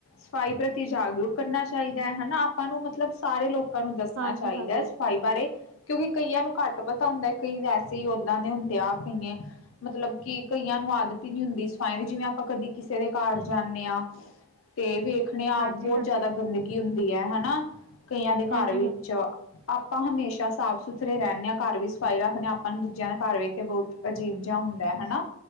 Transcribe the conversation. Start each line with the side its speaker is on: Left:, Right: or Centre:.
Left: ਸਫਾਈ ਪ੍ਰਤੀ ਜਾਗਰੂਕ ਕਰਨਾ ਚਾਹੀਦਾ ਹੈ, ਹੈਨਾ ਆਪਾਂ ਨੂੰ ਮਤਲਬ ਸਾਰੇ ਲੋਕਾਂ ਨੂੰ ਦੱਸਣਾ
Right: ਹਾਂਜੀ
Left: ਚਾਹੀਦਾ
Right: ਹਾਂਜੀ
Left: ਹੈ, ਸਫਾਈ ਬਾਰੇ ਕਿਉਂਕਿ, ਕਈਆਂ ਨੂੰ ਘੱਟ ਪਤਾ ਹੁੰਦਾ ਕਈ ਵੈਸੇ ਹੀ ਉਦਾਂ ਦੇ ਹੁੰਦੇ ਆ ਕਈਏ ਮਤਲਬ, ਕਿ ਕਈਆਂ ਨੂੰ ਆਦਤ ਹੀ ਨੀ ਹੁੰਦੀ ਸਫਾਈਆਂ ਦੀ ਜਿਵੇਂ, ਆਪਾਂ ਕਦੀ ਕਿਸੇ ਦੇ ਘਰ ਜਾਂਦੇ ਹਾਂ, ਤੇ ਵੇਖਣੇ ਹਾਂ
Right: ਹਾਂਜੀ
Left: ਬਹੁਤ
Right: ਹਾਂਜੀ
Left: ਜ਼ਿਆਦਾ ਗੰਦਗੀ ਹੁੰਦੀ ਹੈ ਹਨਾ। ਕਈਆਂ ਦੇ
Right: ਹਾਂਜੀ
Left: ਘਰ ਵਿੱਚ
Right: ਹਾਂ
Left: ਆਪਾਂ ਹਮੇਸ਼ਾ ਸਾਫ਼ ਸੁਥਰੇ ਰਹਿੰਦੇ ਹਾਂ ਘਰ ਵੀ ਸਫ਼ਾਈ ਰੱਖਦੇ ਹਾਂ। ਆਪਾਂ ਨੂੰ ਦੂਜਿਆਂ ਦਾ ਘਰ ਵੇਖ ਕੇ ਬਹੁਤ ਅਜੀਬ ਜਿਹਾ ਹੁੰਦਾ ਹਨਾ।